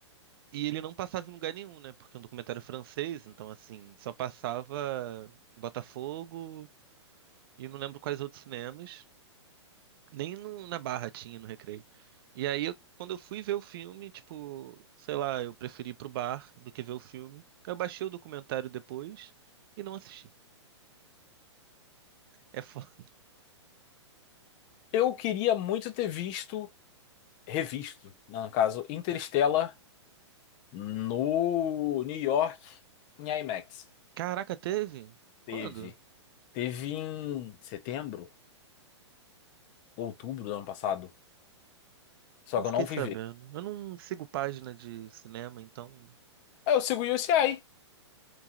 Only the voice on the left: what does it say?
Eu queria muito ter visto, revisto, né, no caso, Interstellar no New York em IMAX.
Teve.
Teve em setembro, outubro do ano passado. Só
que
eu não
fui ver.
Aí eu sigo o UCI.